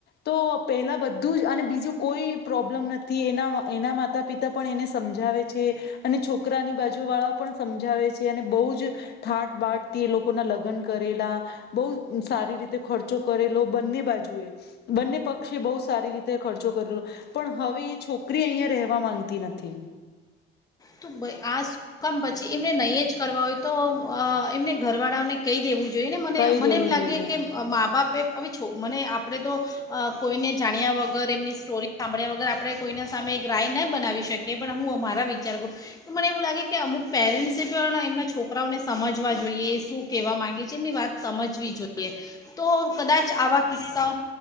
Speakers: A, on the left; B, on the left.
A: તો પહેલા બધું જ અને બીજું કોઈ પ્રોબ્લમ નતી, એના એના માતા પિતા પણ એને સમજ સમજાવે છે અને છોકરાની બાજુ વાળાઓ પણ સમજાવે છે અને બહુ જ ઠાટ બાટ થી એ લોકો ના લગન કરેલા બઉ સારી રીતે ખર્ચો કરેલો બંને બાજુએ. બંને પક્ષે બહુ સારી રીતે ખર્ચો કર્યો. પણ હવે એ છોકરી અહિયાં રહેવા માંગતી નથી.
B: તો આ શું કામ પછી એમને નહીં જ કરવા હોય તો અ એમને ઘરવાળાઓને કહી દેવું જોઈએ ને મને
A: કહી
B: મને
A: દેવું
B: એમ લાગે
A: જોઈએ.
B: કે મા બાપે હવે છો મને આપણે તો અ કોઈને જાણ્યા વગર એમની સ્ટોરી સાંભળ્યા વગર આપડે કોઈના સામે એક રાય ન બનાવી શક કે પણ હું અમારા વિચારો તો મને એવું લાગે કે અમુક પેરેન્ટસે પણ એમના છોકરાઓને સમજવા જોઈએ શું કહેવા માંગે છે એમની વાત સમજવી જોઈએ તો કદાચ આવા કિસ્સા